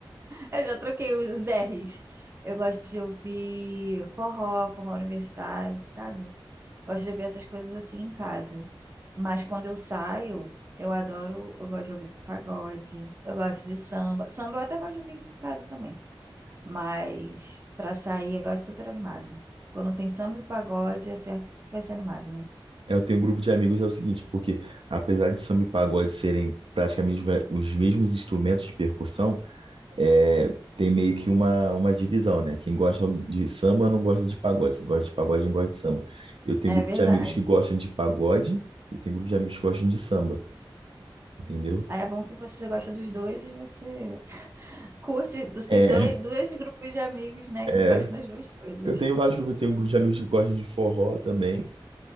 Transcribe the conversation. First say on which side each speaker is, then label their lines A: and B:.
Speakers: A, on the right; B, on the right.
A: Eu já troquei os os R's. Eu gosto de ouvir forró, forró universitário, sabe? Gosto de ouvir essas coisas assim em casa. Mas quando eu saio, eu adoro, eu gosto de ouvir pagode, eu gosto de samba. Samba eu até gosto de ouvir em casa também. Mas pra sair, eu acho super animado. Quando tem samba e pagode, é certo que vai ser animado, né?
B: É, Eu tenho um grupo de amigos, é o seguinte, porque apesar de samba e pagode serem praticamente os me- os mesmos instrumentos de percussão, é, tem meio que uma, uma divisão, né? Quem gosta de samba não gosta de pagode, quem gosta de pagode não gosta de samba. Eu tenho
A: É
B: um grupo
A: verdade.
B: de amigos que gostam de pagode e tem grupo de amigos que gostam de samba, entendeu?
A: Aí é bom que você gosta dos dois, você <laughs> curte, você tem
B: É,
A: dois, dois grupos de amigos, né,
B: é,
A: que gostam das duas coisas.
B: eu tenho vários grupos, eu tenho um grupo de amigos que gostam de forró também.